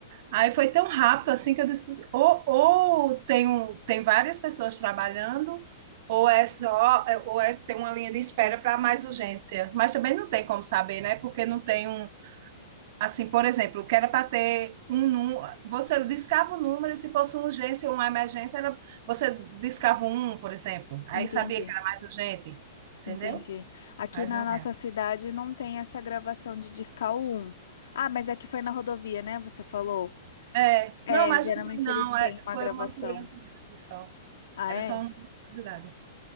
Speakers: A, on the right; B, on the left.
A: Aí foi tão rápido assim que eu disse, ou, ou tem, um- tem várias pessoas trabalhando, ou é só, é, ou é, tem uma linha de espera para mais urgência. Mas também não tem como saber, né? Porque não tem um, assim, por exemplo, que era para ter um número, você discava o número e se fosse uma urgência ou uma emergência, era, você discava um, por exemplo. Aí
B: entendi.
A: sabia que era mais urgente, entendeu?
B: Entendi. Aqui
A: Mas
B: na
A: não
B: nossa
A: é assim.
B: cidade não tem essa gravação de Discal um. Ah, mas é que foi na rodovia, né? Você falou.
A: É,
B: É,
A: não, mas
B: geralmente
A: não tem, não.
B: eles têm
A: É,
B: uma
A: foi
B: gravação.
A: uma curiosidade só.
B: Ah,
A: Era
B: é?
A: só uma curiosidade.